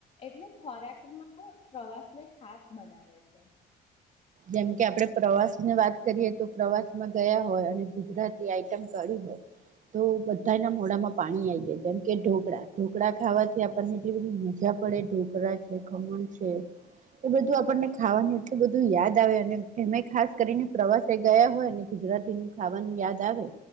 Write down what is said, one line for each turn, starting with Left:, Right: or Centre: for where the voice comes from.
Left: એટલે ખોરાકમાં પ્રવાસ ને ખાસ બનાવે છે.
Right: જેમકે આપડે પ્રવાસ ની વાત કરીએ તો પ્રવાસમાં ગયા હોય અને ગુજરાતી આઈટમ કાઢી હોય તો બધાના મોડામાં પાણી આવી જાય જેમકે ઢોકળા-ઢોકળા ખાવાથી આપણને એટલી બધી મજા પડે ઢોકળા છે, ખમણ છે, એ બધું આપણને ખાવાનું એટલું બધું યાદ આવે એ ખાસ કરીને પ્રવાસે ગયા હોયને ગુજરાતી નું ખાવાનું યાદ આવે